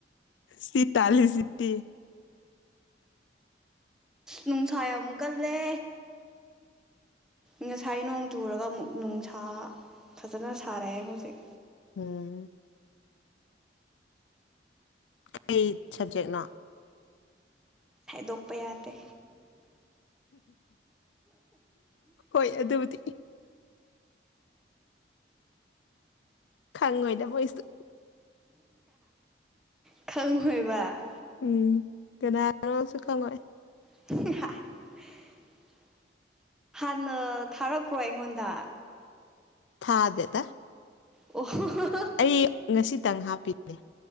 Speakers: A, on the left; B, in the centre.
A: ꯁꯤ ꯇꯂꯤ ꯁꯤꯇꯤ
B: ꯅꯨꯡꯁꯥ ꯑꯃꯨꯛ ꯀꯜꯂꯦ ꯉꯁꯥꯏ ꯅꯣꯡ ꯆꯨꯔꯒ ꯑꯃꯨꯛ ꯅꯨꯡꯁꯥ ꯐꯖꯅ ꯁꯥꯔꯛꯑꯦ ꯍꯧꯖꯤꯛ
A: ꯎꯝ ꯀ ꯁꯕꯖꯦꯛꯅ
B: ꯈꯥꯏꯗꯣꯛꯄ ꯌꯥꯗꯦ
A: ꯍꯣꯏ ꯑꯗꯨꯕꯨꯗꯤ ꯈꯪꯉ ꯑꯣꯏꯗ ꯃꯣꯏꯁꯨ
B: ꯈꯪ ꯍꯣꯏꯕ
A: ꯎꯝ ꯀꯅꯥꯣꯁꯨ ꯈꯉꯣꯏ
B: <inaudible> ꯍꯥꯟꯅ ꯊꯥꯔꯛꯄ꯭ꯔꯣ ꯑꯩꯉꯣꯟꯗ
A: ꯈꯥꯗꯗ
B: ꯑꯣ
A: ꯑꯩ ꯉꯁꯤꯇꯪ ꯍꯥꯞꯄꯤꯅꯦ